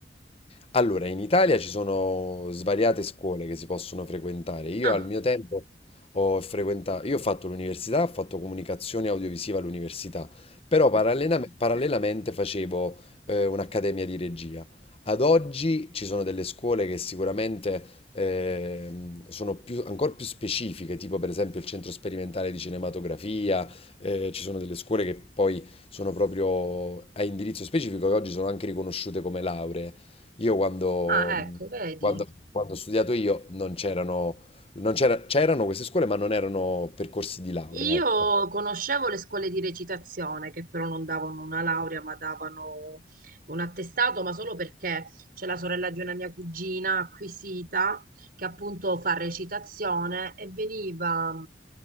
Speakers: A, on the left; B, on the right.
A: Allora, in Italia ci sono svariate scuole che si possono frequentare. Io
B: Ah,
A: al mio tempo ho frequentato, io ho fatto l'università, ho fatto comunicazione audiovisiva all'università, però
B: ok.
A: parallena- parallelamente facevo eh, un'accademia di regia. Ad oggi ci sono delle scuole che sicuramente ehm, sono più, ancora più specifiche, tipo per esempio il Centro Sperimentale di Cinematografia, eh, ci sono delle scuole che poi sono proprio a indirizzo specifico e oggi sono anche riconosciute come lauree. Io quando,
B: Ah,
A: mhmm,
B: ecco, vedi.
A: quando- quando ho studiato io non c'erano, non c'era- c'erano queste scuole, ma non erano percorsi di laurea,
B: Io
A: ecco.
B: conoscevo le scuole di recitazione che però non davano una laurea, ma davano un attestato, ma solo perché c'è la sorella di una mia cugina acquisita che appunto fa recitazione e veniva.